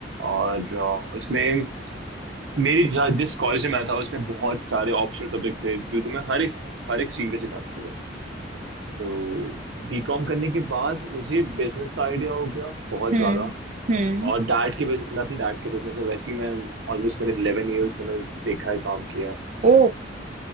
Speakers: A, on the right; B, on the right.
A: और अ, इसमें मेरी जहाँ- जिस कॉलेज में मैं था उसमें बहुत सारे ऑप्शनल सब्जेक्ट थे जो तुम्हें हर एक हर एक स्ट्रीम पे सिखाते थे तो बीकॉम करने के बाद मुझे बिजनेस का आइडिया हो गया बहुत
B: हम्म
A: ज्यादा
B: हम्म
A: और डैड के business- मैं अपने डैड के बिजनेस में वैसे ही मैं ऑलमोस्ट मैंने इलेवन ईयर्स मैंने देखा है काम किया है
B: ओ